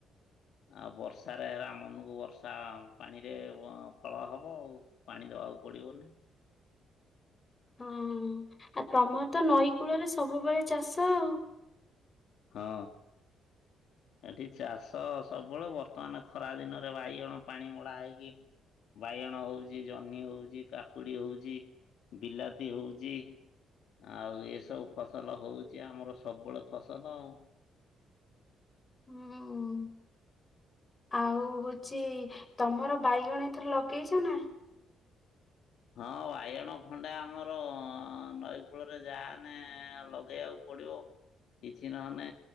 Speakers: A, on the left; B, on the left.
A: ଆଉ ବର୍ଷାରେ ମନକୁ ବର୍ଷା ପାଣିରେ ଫଳ ହବ ଆଉ। ପାଣି ଦବାକୁ ପଡିବନି।
B: ହଁ। ଆଉ ତମ ତ ନଈ କୂଳରେ ସବୁବେଳେ ଚାଷ ଆଉ।
A: ହଁ। ଏଠି ଚାଷ ସବୁବେଳେ ବର୍ତ୍ତମାନ ଖରା ଦିନରେ ବାଇଗଣ ପାଣି ମଡା ହେଇକି ବାଇଗଣ ହଉଛି, ଜହ୍ନି ହଉଛି, କାକୁଡି ହଉଛି, ବିଲାତି ହଉଚି। ଆଉ ଏସବୁ ଫସଲ ହଉଛି ଆମର ସବୁବେଳେ ଫସଲ ଆଉ।
B: ହୁଁ। ଆଉ ହଉଛି ତମର ବାଇଗଣ ଏଥର ଲଗେଇଛ ନା?
A: ହଁ ବାଇଗଣ ଖଣ୍ଡେ ଆମର ନଈକୂଳରେ ଯାନେ ଲଗେଇବାକୁ ପଡିବ। କିଛି ନହେଲେ